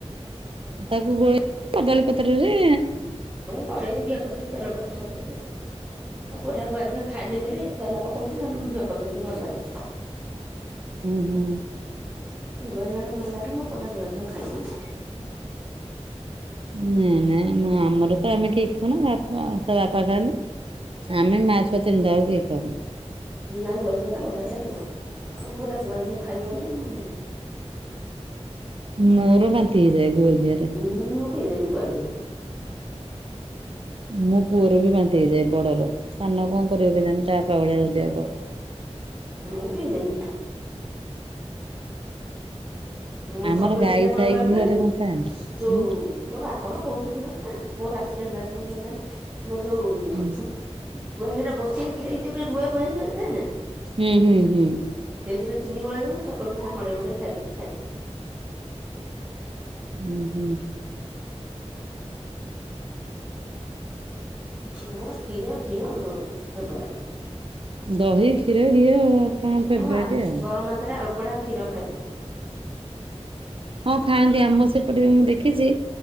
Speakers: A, on the right; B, on the right.
A: ତାକୁ ଗୋଳେଇ କଦଳୀ ପତ୍ରରେ
B: କଢେଇରେ ଘିଅ ପକେଇିକି ତେଲ ପକେଇକି କରିଦଉଛି। ମୋ ପୁଅ ଟା ଗୁଆ ଘିଅ ଖାଏନି ବୋଲି ତେଲ ପକଉଛି ନହେଲେ ମୁଁ ଘିଅ ପକେଇ ଦିଏ ଭଲ ଲାଗେ।
A: ଉଁ ହୁଁ।
B: ଗୁଆ ଘିଆ ଟା ଭଲ ଲାଗେ ମୋ ପୁଅଟା ଗୁଆଘିଆ ଖାଇବନି।
A: ନାଇଁ ନାଇଁ ମୋ ଆମର ତ ଆମେ କେହି ଖାଉ ନା ବା ପା ଆଉ ତା ବାପା ଖାଆନ୍ତି ଆମେ ମା ଛୁଆ ତିନିଟା ଯାକ କେହି ଖାଉନା।
B: ନା ଗୁଆ ଘିଅ ଟା ବଢିଆ ଲାଗିବ ମୋ ପୁଅଟା ଗୁଆ ଘିଅ ଖାଇବନି ଉଁ।
A: ମୋର ବାନ୍ତି ହେଇଯାଏ ଗୁଆଘିଅରେ।
B: ହୁଁ ମୁଁ ପି ଦେମି ଗୁଆ ଘିଅ।
A: ମୋ ପୁଅର ବି ବାନ୍ତି ହେଇଯାଏ ବଡର ସାନ କଣ କରିବ କେଜାଣି ଚା ବାପା ଭଳିଆ ଯଦି ହବ।
B: ମୁଁ ପିଇ ଦେମି। ମୁଁ
A: ଆମର
B: ଚକୁଳି ପିଠା
A: ଗାଈ
B: କଣ
A: ଥାଇକି
B: କରେ କହିଲେ
A: ଘରେ ମୁଁ ଖାଏନା।
B: ଯୋଉ
A: ହୁଁ
B: ମୋ ବା ପ ଘର ବହୁତ କ୍ଷୀର ନା ମୋର ରାଶିରେ ହେଲାନି ବୋଲି ହେଲାନି ମୋ ଯୋଉ
A: ହୁଁ
B: ଶୁ ଗୁଆଘିଅ ଟା ବସିିଯାଇଥିଲେ ଏମିତି ଗୋଟେ ରୁଆ ରୁଆ ହେଇ ନ ଥାଏ ନା।
A: ହୁଁ ହୁଁ ହୁଁ।
B: ସେଇଥିରେ ଚିନି ଗୋଳେଇ ଦେମି ଚକୁଳି ପିଠା ରେ ମଡେଇ ମଡେଇ ଖାଇଦେ ମୁଁ ଖାଇଦେମି।
A: ଉଁ ହୁଁ।
B: ମୋର କ୍ଷୀର ଘିଅ ବ ଫେବରାଇଟ୍।
A: ଦହି କ୍ଷୀର ଘିଅ। ଫେବରାଇଟ
B: ମୁଁ ଆ
A: ଆଉ।
B: ଗରମ ଭାତରେ ଆଳୁପଡା କ୍ଷୀର ଖାଇଦେବି।
A: ହଁ ଖାଆନ୍ତି ଆମ ସେପଟେ ବି ମୁଁ ଦେଖିଛି